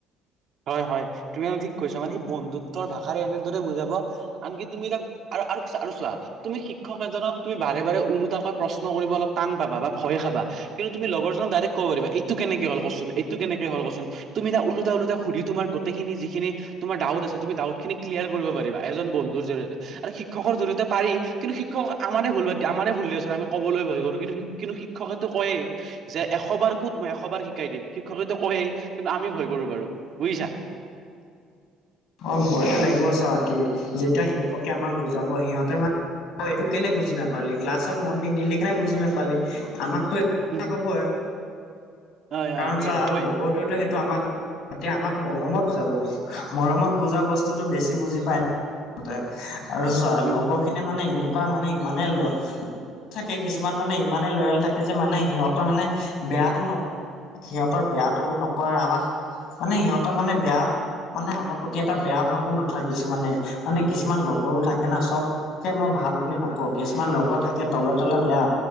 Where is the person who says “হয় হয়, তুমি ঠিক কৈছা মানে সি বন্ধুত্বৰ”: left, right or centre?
Right